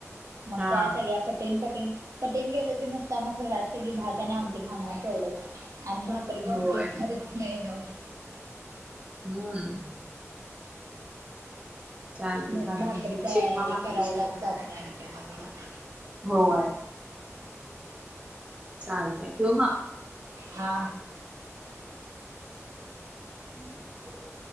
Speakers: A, on the right (about 80°); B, on the right (about 20°).
A: मग
B: हा
A: त्यात या कठीण कठीण कठीण गेलो की नुसता, मग घरात सगळी भात आणि आमटी खाणार तेवढंच. अन भाकरी कोण
B: होय
A: खाणारच नाही मग.
B: हम्म. चालते
A: मग
B: चालते
A: भाकरी काय
B: शिक मग भाकरी
A: करायलाच
B: शिक
A: जात नाही. ला <inaudible>
B: होय चालतय, ठेवू मग?
A: हा.
B: हम्म <inaudible>